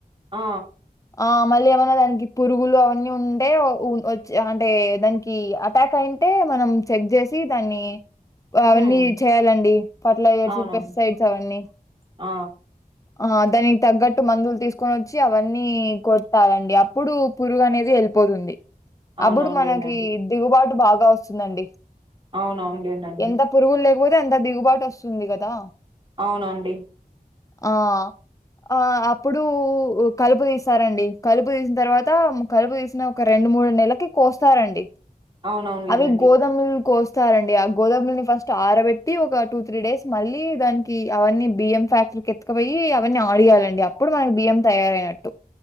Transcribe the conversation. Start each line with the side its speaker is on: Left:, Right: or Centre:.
Right: ఆ
Left: ఆ మళ్ళీ ఏమైన్నా దానికి పురుగులు అవన్నీ ఉంటే వ ఉన్ వచ్చే అంటే దానికి అటాక్ అయి టే మనం చెక్ చేసి దాన్ని అవన్నీ
Right: హ్మ్.
Left: చేయాలండి ఫర్టిలైజర్స్,
Right: అవునవును.
Left: పెస్టిసైడ్స్ అవన్నీ
Right: ఆ
Left: ఆ దానికి తగ్గట్టు మందులు తీసుకొని వచ్చి అవన్నీ కొట్టాలండి. అప్పుడు పురుగు అనేది వెలు పోతుంది
Right: అవునవునులేండండి.
Left: అప్పుడు మనకి దిగుబాటు బాగా వస్తుందండి.
Right: అవున అవునులేనండి.
Left: ఎంత పురుగులు లేకపోతే అంత దిగుబాటు వస్తుంది కదా
Right: అవునండి
Left: ఆ ఆ అప్పుడు కలుపు తీస్తారండి. కలుపు తీసిన తర్వాత కలుపు తీసిన ఒక రెండు రెండు మూడు నెలకి కోస్తారండి
Right: అవునవునులేండండి.
Left: అవి గోదమ్ కొ స్తారండి ఆ గోదాములని ఫస్ట్ ఆరబెట్టి ఒక టూ త్రీ డేస్ మళ్ళీ దానికి అవన్నీ బియ్యం ఫ్యాక్టరీకి ఎత్తకుపోయి అవన్నీ ఆడియాలండి. అప్పుడుకి బియ్యం తయారయినట్టు